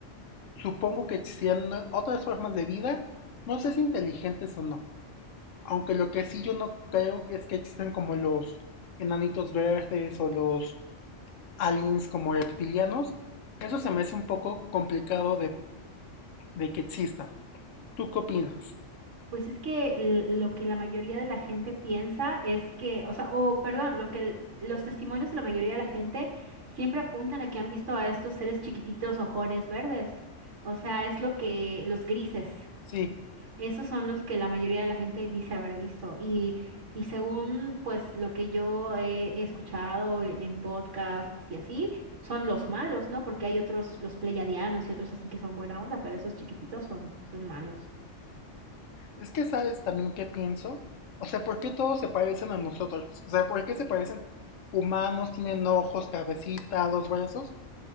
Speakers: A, on the left; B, on the right.
A: Supongo que existirán otras formas de vida, no sé si inteligentes o no. Aunque lo que sí yo no creo es que existan como los enanitos verdes o los aliens como reptilianos. Eso se me hace un poco complicado de, de que existan. ¿Tú qué opinas?
B: Pues es que l- lo que la mayoría de la gente piensa es que, o sea, o perdón, lo que el- los testimonios de la mayoría de la gente siempre apuntan a que han visto a estos seres chiquititos, ojones verdes. O sea, es lo que los grises,
A: Sí,
B: esos son los que la mayoría de la gente dice haber visto. Y, y según pues lo que yo he escuchado e- en podcasts y así, son los malos, ¿no? Porque hay otros, los pleiadianos y otros así que son buena onda, pero esos chiquititos son, son malos.
A: es que sabes también qué pienso. O sea, ¿por qué todos se parecen a nosotros? O sea, ¿por qué se parecen humanos, tienen ojos, cabecita, dos brazos?